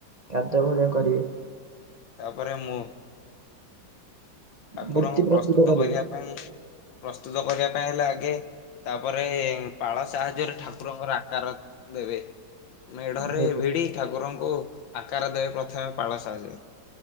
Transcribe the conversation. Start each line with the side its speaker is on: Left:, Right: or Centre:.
Right: କାଦୁଅ ଭଳିଆ କରିବେ।
Left: ତାପରେ ମୁଁ ଠାକୁରଙ୍କୁ
Right: ମୂର୍ତ୍ତି
Left: ପ୍ରସ୍ତୁତ
Right: କରିବେ।
Left: କରିବା ପାଇଁ ପ୍ରସ୍ତୁତ କରିବା ପାଇଁ ହେଲେ ଆଗେ ତାପରେ ପାଳ ସାହାଯ୍ୟରେ ଠାକୁରଙ୍କର ଆକାର ଦେବେ ମେଢରେ
Right: ଦେବେ
Left: ଭିଡି ଠାକୁରଙ୍କୁ ଆକାର ଦେବେ ପ୍ରଥମେ ପାଳ ସାହାର୍ଯ୍ୟ ରେ।